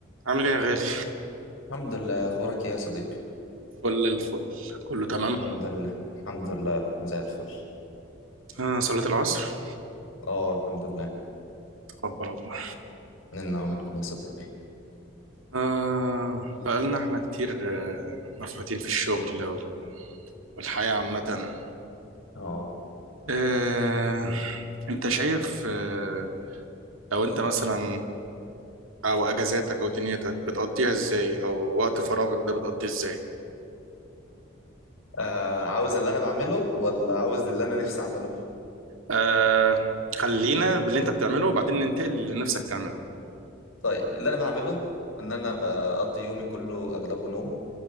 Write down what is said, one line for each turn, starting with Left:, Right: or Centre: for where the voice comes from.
Right: عامل ايه يا غالي؟
Left: الحمد لله اخبارك ايه يا صديقي
Right: فل الفل كله تمام
Left: الحمد لله الحمد لله زي الفل
Right: آه صلاة العصر
Left: اه الحمد لله
Right: تقبل الله
Left: منا ومنكم يا صديقي
Right: آه بقالنا احنا كتير آه مفحوتين في الشغل وال- والحياة عامة
Left: اه
Right: آه انت شايف آه لو انت مثلا آه او اجازاتك او دنيتك بتقضيها ازاي او وقت فراغك ده بتقضيه ازاي؟
Left: آه، عاوز اللي انا بعمله ولا عاوز اللي انا نفسي اعمله
Right: آه خلينا باللي انت بتعمله وبعدين ننتقل للي نفسك تعمله
Left: طيب اللي انا بعمله ان انا بقضي يومي كله اغلبه نوم